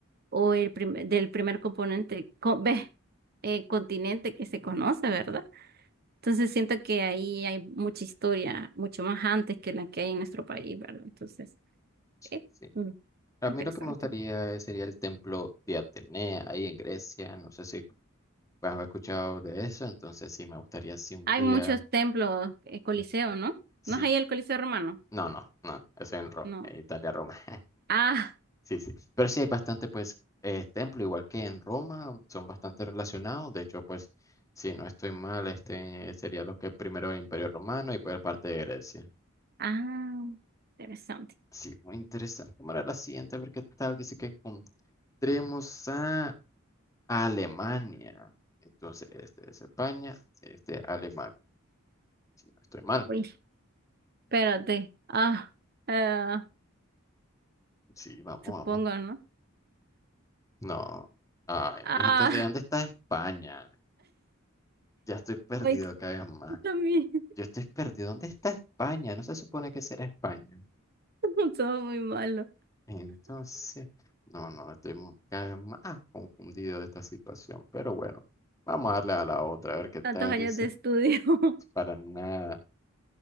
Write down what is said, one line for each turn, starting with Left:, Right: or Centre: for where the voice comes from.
Right: o el prim- del primer componente, co- ve, eh, continente que se conoce, ¿verdad? Entonces siento que ahí hay mucha historia, mucho más antes que la que hay en nuestro país, ¿verdad? Entonces,
Left: Sí.
Right: eh,
Left: sí.
Right: mm,
Left: A
Right: interesante.
Left: mí lo que me gustaría es- sería el templo de Atenea ahí en Grecia. No sé si Pues he escuchado de eso, entonces sí, me gustaría si un
Right: Hay
Left: día,
Right: muchos templos, eh, Coliseo,
Left: eh,
Right: ¿no?
Left: sí,
Right: ¿No es ahí el Coliseo Romano?
Left: no, no, no, eso en Roma,
Right: No.
Left: en Italia, Roma,
Right: Ah,
Left: <laughs> sí, sí, pero sí hay bastante, pues, eh, templo, igual que en Roma, son bastante relacionados, de hecho, pues, si no estoy mal, este sería lo que primero el Imperio Romano y pues parte de Grecia.
Right: ah, interesante.
Left: Sí, muy interesante, vamos la siguiente, a ver qué tal, dice que encontremos a Alemania, entonces, este es España, este Alemania, si no estoy mal,
Right: Uy, espérate. Ah, eh,
Left: sí, vamos,
Right: supongo,
Left: vamos.
Right: ¿no?
Left: No. Ay,
Right: Ah,
Left: entonces, ¿dónde está España? Ya estoy perdido
Right: ay,
Left: cada vez más.
Right: yo también,
Left: Yo estoy perdido. ¿Dónde está España? No se supone que será España.
Right: <laughs> todo muy malo.
Left: Entonces, no, no, estoy mu- cada vez más confundido de esta situación. Pero bueno, vamos a darle a la otra, a ver qué tal
Right: Tantos años
Left: dice.
Right: de estudio. <laughs>
Left: Para nada.